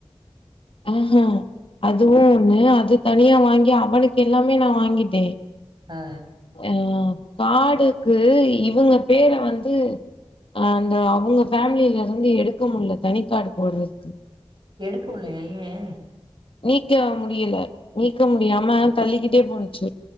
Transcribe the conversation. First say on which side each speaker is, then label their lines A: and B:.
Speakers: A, on the left (about 65°); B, on the right (about 50°).
A: ம் அதுவு ஒண்ணு அது தனியா வாங்கி அவனுக்கு எல்லாமே நா வாங்கிட்டே
B: ஆ ஆ
A: அ கார்டுக்கு இவங்க பேர வந்து அந்த அவங்க ஃபேமிலியில இருந்து எடுக்க முடில தனிக்கார்டு போட்றதுக்கு
B: எடுக்க முடிலயா? ஏ
A: நீக்க முடியல நீக்க முடியாம தள்ளிக்கிட்டே போணுச்சு